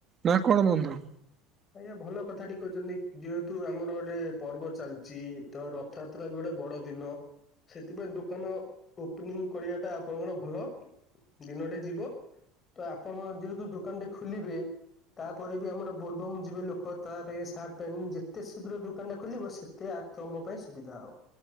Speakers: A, on the right; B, on the left.
A: ନା କଣ ବନ୍ଧୁ?
B: ଆଜ୍ଞା ଭଲ କଥାଟି କହିଛନ୍ତି ଯେହେତୁ ଆମର ଗୋଟେ ପର୍ବ ଚାଲିଛି ତ ରଥଯାତ୍ରା ବି ଗୋଟେ ବଡ ଦିନ ସେଥିପାଇଁ ଦୋକାନ ଓପନିଂ କରିବାଟା ଆପଣଙ୍କର ଭଲ ଦିନଟି ଯିବ। ତ ଆପଣ ଯେହେତୁ ଦୋକାନଟେ ଖୋଲିବେ ତାପରେ ବି ଆମର ବୋଲ୍ ବମ୍ ଏବଂ ଯିବେ ଲୋକ ତା ପାଇଁ ସାର୍ଟ ପାଇଁ ଯେତେ ଶୀଘ୍ର ଦୋକାନଟା ଖୋଲିବେ ସେତେ ତମ ପାଇଁ ସୁବିଧା ହବ।